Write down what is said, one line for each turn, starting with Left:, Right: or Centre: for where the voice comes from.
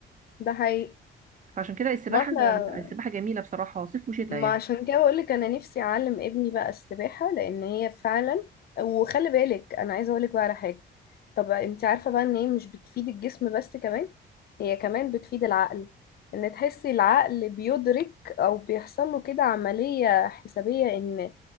Left: ده حقيقي
Right: فعشان كده السباحه
Left: ما احنا
Right: لا، السباحه جميله بصراحه صيف وشتاء
Left: ما
Right: يعني
Left: عشان كده بقولك انا نفسي اعلم ابني بقى السباحة لان هي فعلا وخلي بالك انا عايزة اقولك بقى على حاجة طب انت عارفة بقى ان هي مش بتفيد الجسم بس كمان هي كمان بتفيد العقل ان تحسي العقل بيدرك او بيحصل له كده عملية حسابية ان